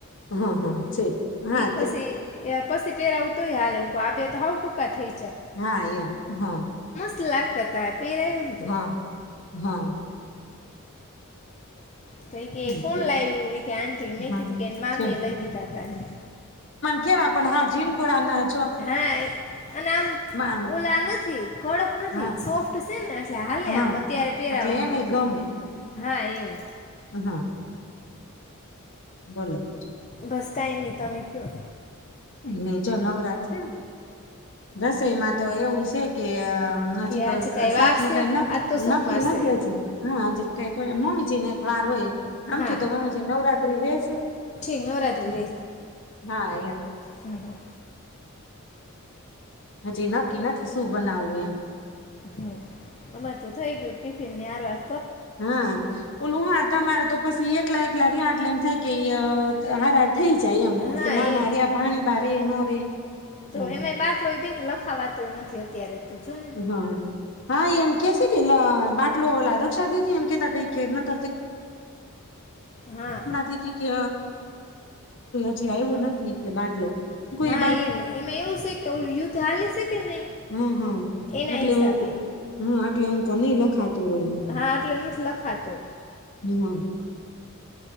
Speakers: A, on the left (about 55°); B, on the left (about 30°).
A: હા, હા, ઠીક હા
B: પછી
A: ત્યાં
B: એ પછી પહેરાવું તોય હાલે હું. આ બે તો હાઉ ટૂંકા થઈ
A: હા, એમ હા.
B: તું લાગતા તા પહેરાવ્યું તો.
A: હા હા.
B: તો એ કે
A: ઓકે
B: એ કોણ લાવ્યું? એ કે આટી, મેં
A: હા
B: કીધું કે એની મામી
A: છે
B: એ લઈ દીધા હતા એમ.
A: કે આપણ હા જીન કોળાના
B: હા એ અને આમ
A: આમ
B: ઓલા નથી કડક નથી
A: હા
B: સોફ્ટ સે ને એટલે હાલે
A: હા
B: આમ અત્યારે પહેરાવામાં
A: એટલે એને
B: એતે
A: ગમે
B: હા એમ.
A: હા. બોલો બીજું?
B: બસ કાય નહીં તમે ક્યો?
A: નો જો નવરા છે. રસોઈમાં તો એવું સે કે અહ આમ નજીકસ
B: કે આજે કાંઈ
A: શાક
B: વાર
A: નું
B: છે
A: કઈ નક-નક્કી
B: આજ તો સોમવાર
A: નથી
B: છે
A: હજુ. હા આજે કઈ કોઈ મમ્મીજી ને વાર હોય આમ
B: હા
A: તું તમામ જે નવરા તોકી રહેશે
B: ઠીક નવરાત્રિ
A: હમ્મ હા એમ.
B: હમ્મ, હમ્મ.
A: હજી નક્કી નથી શું બનાવવું એમ.
B: હમ્મ અમાર તું થઇ ગયું ટિફિન ને આર વાર
A: હા, ઓલું હા તમારે તો પસી એકલા એકલા રિયા યાર લઈ ફેકીય ચે હરારી થઈ જાય એમ પસી
B: હા
A: નાના
B: એમ
A: રીયા ભાણી બા રે નો રે
B: તો
A: એમ
B: એમે બાર બી લખાવાતોય નથી અત્યારે તો જો ને
A: હા હા એમ કેશે કે લ ઓલા દક્ષા દીદી એમ કેતા <unintelligible> ઓલી કે હમણાં
B: હા
A: થી કે હજી આયવું નથી કે બાટલો કોઈ
B: હા એમ એમાં એવું છે કે ઓલું યુદ્ધ હાલે છે કે નહીં
A: <unintelligible>
B: એના
A: એટલે
B: હિસાબે
A: હું આટલે હમ કો નહી લખા
B: હા એટલે નથી લખાતો
A: <unintelligible>